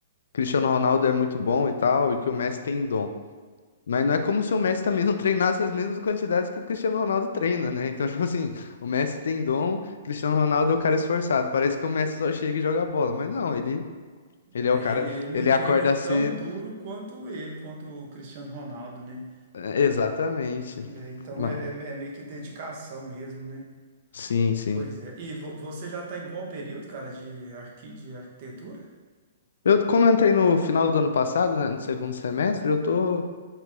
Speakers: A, on the left (about 75°); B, on the right (about 40°).
A: Cristiano Ronaldo é muito bom e tal, e que o Messi tem dom. Mas não é como se o Messi também não treinasse as mesmas quantidades que o Cristiano Ronaldo treina, né? Então, <laughs> tipo assim, o Messi tem dom, o Cristiano Ronaldo é o cara esforçado. Parece que o Messi só chega e joga bola, mas não, ele, ele
B: É,
A: é o cara,
B: e ele
A: ele
B: treina
A: acorda
B: tão
A: cedo.
B: duro quanto ele, quanto o Cristiano Ronaldo, né?
A: É, Exatamente.
B: É, então
A: Ma-
B: é, é me- é meio que dedicação mesmo, né?
A: Sim, sim.
B: Pois é. E vo- você já está em qual período, cara, de, arqui de arquitetura?
A: Eu, como eu entrei no final do ano passado, né, no segundo semestre, eu tô,